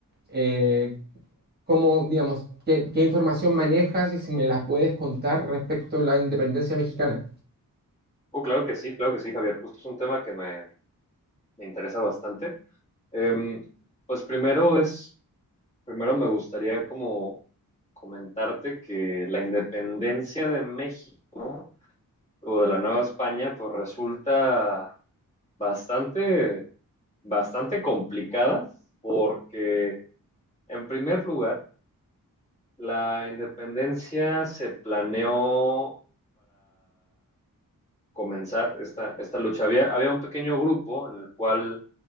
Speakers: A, on the right; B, on the left.
A: eh, cómo, digamos, qué, qué información manejas y si me la puedes contar respecto a la independencia mexicana.
B: Oh, claro que sí, claro que sí, Javier. Justo es un tema que me, me interesa bastante. Em, pues primero es, primero me gustaría como comentarte que la independencia de México o de la Nueva España, pues resulta bastante, bastante complicada porque en primer lugar, la independencia se planeó comenzar esta, esta lucha. Había, había un pequeño grupo en el cual